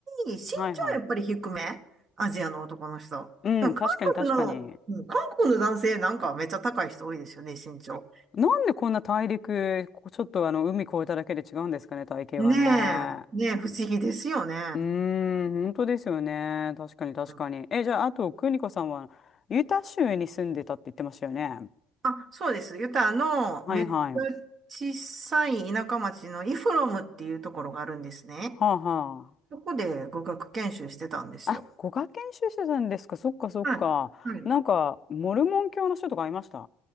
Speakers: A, on the right; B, on the left.
A: 身長はやっぱり低めアジアの男の人。
B: はいはい。うん、
A: でも韓国の、
B: 確かに確かに。
A: うん韓国の男性なんかはめっちゃ高い人多いですよね、身長。
B: なんでこんな大陸、こちょっとあの、海越えただけで違うんですかね、体型がね。
A: ねえ、ねえ、不思議ですよね。
B: うーん、本当ですよね。確かに確かに。
A: うん
B: え、じゃあ、あと、邦子さんは、ユタ州に住んでたって言ってましたよね。
A: あ、そうです。ユタのめっちゃ
B: はいはい。は
A: 小さい田舎町のイフロムっていうところがあるんですね。
B: あは
A: そこで語学研修してたんですよ。
B: あ。あ、ご学研修してたんですか。そっかそっか。
A: はい。はい。
B: なんか、モルモン教の人とかいました